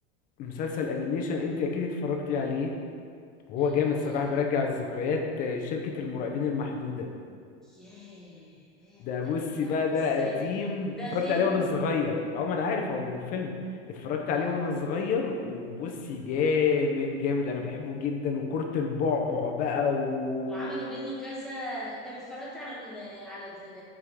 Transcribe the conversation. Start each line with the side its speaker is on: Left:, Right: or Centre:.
Left: مسلسل أنيميشن أنت أكيد اتفرجتي عليه هو
Centre: اللي
Left: جامد
Centre: هو
Left: صراحة
Centre: ايه
Left: بيرجع الذكريات آه، شركة المرعبين المحدودة
Centre: ياه
Left: ده
Centre: ده
Left: بصي
Centre: جميل قوي
Left: بقى ده
Centre: بس
Left: قديم
Centre: ده
Left: اتفرجت
Centre: فيلم
Left: عليه وانا صغير او ما انا عارف هو مو فيلم اتفرجت
Centre: اه
Left: عليه وانا صغير وبصي جامد جامد انا بحبه جدا وكرة البعبع بقى و
Centre: وعملوا منه كذا انت اتفرجت على ال... على ال...